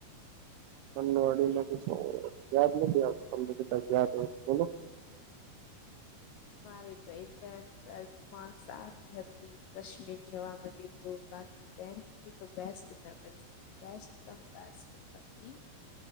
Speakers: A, on the right; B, on the left.
A: ફોન વાડીમા તો શું યાદ નથી આવતુ તમને કદાચ યાદ હોય તો બોલો
B: મારી તો ઇન્ટર્ન ટ્વેલ્થમાં સારી હતી કાશ્મીર જવા મળ્યું તો બાકી ટેથની તો બેસ્ટ મેમરી બેસ્ટમ બેસ્ટ હતી